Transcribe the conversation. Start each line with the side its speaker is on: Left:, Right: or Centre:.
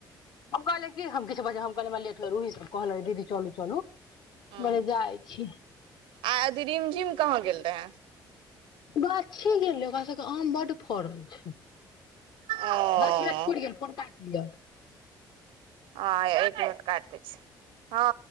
Left: हम कहले कि हम किछ बजे हम कहल लेट कहलै दीदी चलू चलू कहलियै
Right: ह
Left: जाइ छी
Right: आध रीमझीम कहाँ गेल रहे हैं
Left: गाछी गेलै ओकरा सबके आम बड्ड फड़ल छै
Right: ओ
Left: दश मिनट पूरी गेल फोन काट याद
Right: हत कटतै छै हँ